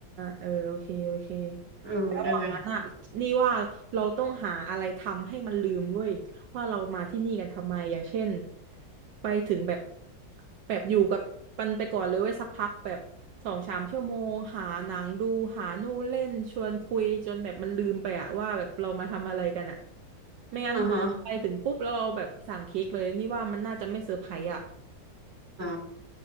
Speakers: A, on the right (about 70°); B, on the right (about 30°).
A: เออโอเคโอเค
B: เออได้ไหม
A: ระหว่างนั้นอ่ะนี่ว่าเราต้องหาอะไรทำให้มันลืมเว้ยว่าเรามาที่นี่กันทำไมอย่างเช่นไปถึงแบบแบบอยู่กับมันไปก่อนเลยเว้ยสักพักแบบสองสามชั่วโมงหาหนังดูหานู่นเล่นชวนคุยจนแบบมันลืมไปอ่ะว่าแบบเรามาทำอะไรกันอ่ะไม่งั้นถ้าเราไปถึงปุ๊บแล้วเราแบบสั่งเค้กเลยนี่ว่ามันน่าจะไม่เซอร์ไพรส์อ่ะ
B: อ่าฮะอ๋อ